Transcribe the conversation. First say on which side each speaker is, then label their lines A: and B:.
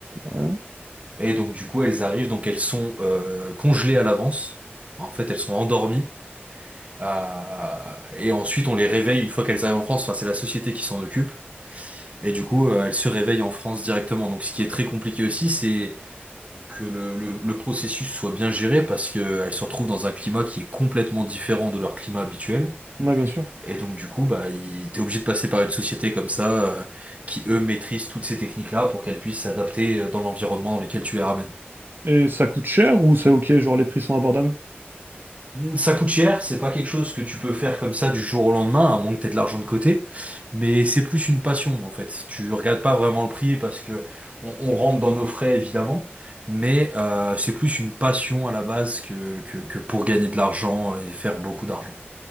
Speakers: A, on the right (about 55°); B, on the right (about 35°).
A: ouais,
B: Et donc du coup elles arrivent, donc elles sont euh, congelées à l'avance. En fait elles sont endormies. Euh, et ensuite on les réveille une fois qu'elles arrivent en France. Enfin c'est la société qui s'en occupe. Et du coup euh, elles se réveillent en France directement. Donc ce qui est très compliqué aussi c'est que le, le, le processus soit bien géré parce que elles se retrouvent dans un climat qui est complètement différent de leur climat habituel.
A: ouais, bien sûr.
B: Et donc du coup bah il- t'es obligé de passer par une société comme ça euh, qui eux maîtrisent toutes ces techniques-là pour qu'elles puissent s'adapter euh, dans l'environnement dans lequel tu les ramènes.
A: Et ça coûte cher ou c'est ok, genre les prix sont abordables?
B: Ça coûte cher, c'est pas quelque chose que tu peux faire comme ça du jour au lendemain, à moins que t'aies de l'argent de côté, mais c'est plus une passion en fait. Tu regardes pas vraiment le prix parce que on, on rentre dans nos frais évidemment, mais euh, c'est plus une passion à la base que, que, que pour gagner de l'argent et faire beaucoup d'argent.